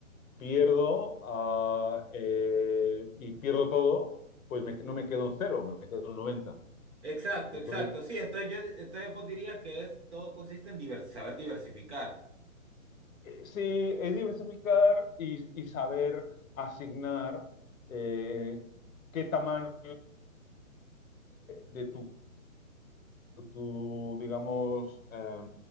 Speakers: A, on the left; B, on the right.
A: pierdo ah, eh, y pierdo todo, pues me- no me quedo en cero, me quedo en noventa
B: Exacto,
A: Entonces,
B: exacto. Sí, entonces yo, entonces vos dirías que es, todo consiste en divers- saber diversificar.
A: Eh, Sí, es diversificar y, y saber asignar eh, qué tamaño de tu, tu, digamos, eh,